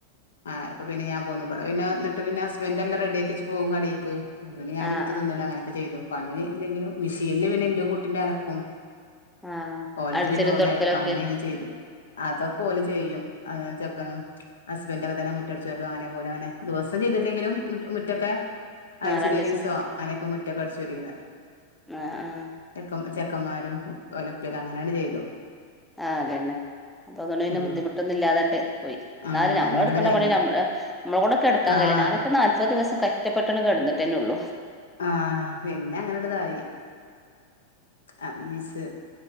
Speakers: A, on the left; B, in the centre.
A: ആഹ് ഇപ്പ പിന്നെ ഞാൻ പോന്നു ബടെ പിന്നെ ന്നിട്ട് പിന്നെ ഹസ്ബൻ്റെല്ലാ റെഡി ആക്കിച്ച് പോവും കടീക്ക്. ന്നിട്ട് പിന്നെ ഞാനെടുത്ത്
B: ആഹ്
A: തിന്നലു
B: ആഹ്
A: അങ്ങനൊക്കെ ചെയ്തു. പനി ഇല്ലെങ്കിലും മിഷീൽ പിന്നെ ഇൻ്റിം കൂട്ടിൻ്റിം അലക്കും.
B: ആഹ്
A: ഓല്ത്
B: അടിച്ചലും
A: പിന്നെ ഓലല
B: തൊടക്കലൊക്കെ
A: ഞാൻ ചെയ്ത് അതൊക്കെ ഓല് ചെയ്യും അയാളും ചെക്കനും. ഹസ്ബൻ്റൊക്കെ തന്നെ മുറ്റ അടിച്ചോരലും അങ്ങനെ ഓലങ്ങനെ ദിവസം ചെയ്ത്ട്ട്ല്ലെങ്കിലു മുറ്റൊക്കെ ആയ്ച്ചലൊരീസോ
B: ആഹ് രണ്ടീസം
A: അനൊക്കെ മുറ്റക്കെ അടിച്ചൊരീന്നേ.
B: ആഹ് ആഹ്
A: ചെക്കം ചെക്കന്മാരും ഒലപ്പ്യക്കെ അങ്ങനെണ് ചെയ്തു.
B: ആഹ് അതന്നെ അപ്പൊ അതോണ്ട് പിന്നെ
A: ഉം
B: ബുദ്ധിമുട്ടൊന്നും ഇല്ലാതാങ്ങ്ട്ട് പോയി
A: ഉം
B: ന്നാലും നമ്മളെടുക്കണ്ട
A: അങ്ങനെട് കഴിഞ്ഞ്
B: പണി നമ്മ അ നമ്മളക്കൊണ്ടെടുക്കാ
A: ആഹ്
B: കഴിയില്ല ഞാനൊക്കെ നാല്പത് ദിവസം ക റ്റ പട്ടെന്ന് കെട്ന്ന്ട്ടെന്നെള്ളു.
A: ആഹ് പിന്നെങ്ങന്ടതായി. അത് നീസ്